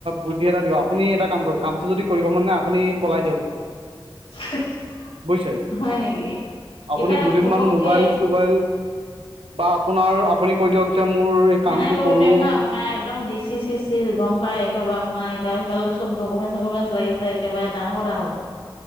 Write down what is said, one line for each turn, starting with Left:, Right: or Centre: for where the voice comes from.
Right: বুদ্ধি এটা দিয়ক আপুনি এটা কাম কৰক কামটো যদি কৰিব মন নাই আপুনি পলাই দিয়ক।
Left: <inaudible>
Right: বুজিছে?
Left: হয় নেকি?
Right: আপুনি
Left: এতিয়া
Right: দুদিনমান
Left: ঘপককে
Right: মোবাইল চুবাইল বা আপোনাৰ -আপুনি কৈ দিয়ক যে মোৰ কামটো
Left: সেনেকা কৰিব
Right: কৰোঁ
Left: নোৱাৰিম নহয় আপোনাৰ, একদম দি চি, চিচি গম পাই একেবাৰে আপোনাৰ এইগাল সেইগাল, চব ডকুমেণ্ট চকুমেণ্ট লাগিছে একেবাৰে ডাঙৰ কথা হ'ব।